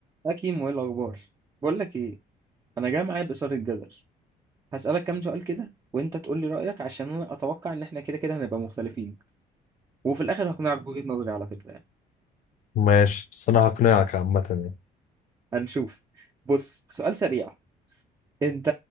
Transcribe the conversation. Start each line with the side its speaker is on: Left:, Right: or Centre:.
Right: يا كيمو ايه الاخبار بقول لك ايه انا جاي معايا بإثارة الجدل هسألك كام سؤال كده وانت تقول لي رأيك عشان انا اتوقع ان احنا كده كده هنبقى مختلفين وفي الاخر هقنعك بوجهة نظري على فكرة يعني
Left: ماشي بس انا هقنعك عامة يعني
Right: هنشوف بص سؤال سريع انت